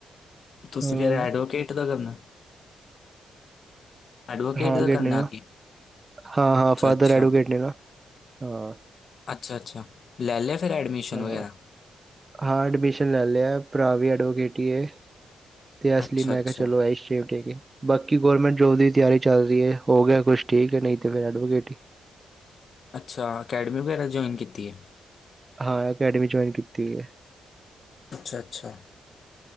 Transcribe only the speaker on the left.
ਤੁਸੀਂ
ਫੇਰ ਐੜਵੋਕੇਟ ਦਾ ਕਰਨੈ? ਐਡਵੋਕੇਟ
ਦਾ
ਕਰਨਾ ਅੱਗੇ
ਅੱਛਾ
ਅੱਛਾ
ਅੱਛਾ-ਅੱਛਾ, ਲੈ ਲੇਆ ਫੇਰ ਐਡਮਿਸ਼ਨ
ਵਗੈਰਾ?
ਅੱਛਾ
ਅੱਛਾ
ਅੱਛਾ, ਅਕੈੜਮੀ ਵਗੈਰਾ ਜੋਈਨ ਕੀਤੀ ਏ?
ਅੱਛਾ-ਅੱਛਾ‌।